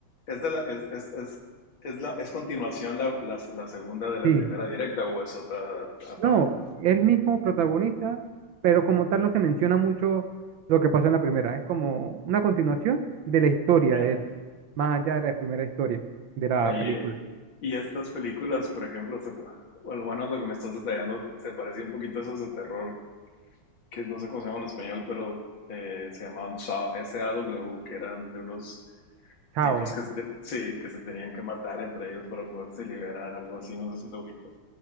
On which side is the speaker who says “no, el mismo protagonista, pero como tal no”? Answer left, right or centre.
Right